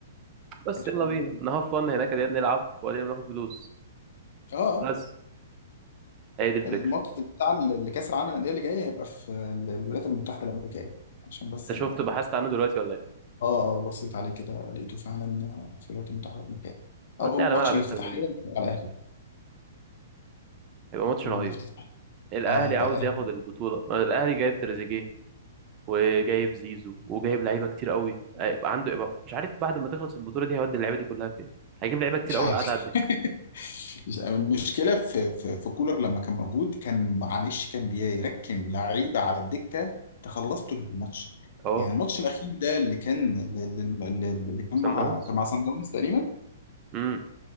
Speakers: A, on the right (about 30°); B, on the left (about 55°).
A: بس
B: الح-
A: يلا
B: ال-
A: بينا انا هفن هناك يا بنلعب وبعدين بناخد فلوس
B: اه اه
A: بس هي دي الفكره
B: الماتش بتاع ال- اللي كاس العالم للانديه اللي جاي هيبقى في ال- الولايات المتحده الامريكيه عشان بس
A: انت شفت
B: انا
A: بحثت عنه دلوقتي ولا ايه
B: اه اه بصيت عليه كده لقيته فعلا في الولايات المتحده الامريكيه
A: هتلاقي
B: اول
A: على
B: ماتش
A: ملعب
B: الافتتاحيه
A: انتر ميامي
B: على الاهلي
A: هيبقى ماتش
B: الافتتاح
A: رهيب الاهلي
B: اه يبقى
A: عاوز
B: الاهلي
A: ياخد البطوله الاهلي جايب تريزيجيه وجايب زيزو وجايب لعيبه كتير قوي هيبقى عنده يبقى مش عارف بعد ما تخلص البطوله دي هيودي اللعيبه دي كلها فين هيجيب لعيبه كتير
B: مش
A: قوي
B: عارف
A: قاعده على الدكه
B: <laughs> مش عارف. المشكله في في في كولر لما كان موجود كان معلش كان بيركن لعيبه على الدكه تخلصته الماتش
A: اه
B: يعني الماتش الاخير ده اللي كان اللي اللي- اللي كان
A: سان
B: مع
A: داونز
B: كان مع سان داونز تقريبا
A: امم